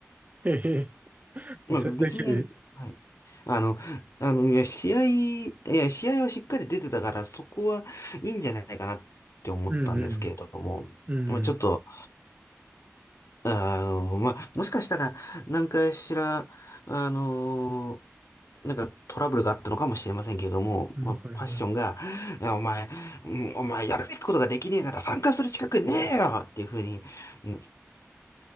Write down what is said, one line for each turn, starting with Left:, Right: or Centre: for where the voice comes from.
Right: へへ。<laughs>
Left: まあ別に、
Right: それだけで。
Left: はい。あの、あの、いや、試合、いや、試合はしっかり出てたから、そこはいいんじゃないかなって思ったんですけれども、
Right: うん、うん。うん。
Left: まあちょっと、あの、まあ、もしかしたら、何かしら、あの、なんかトラブルがあったのかもしれませんけれども、
Right: まあ、
Left: まあ、
Right: はいはい。
Left: パッションが、いやお前、うんお前やるべきことができねえなら参加する資格ねえよっていうふうに、うん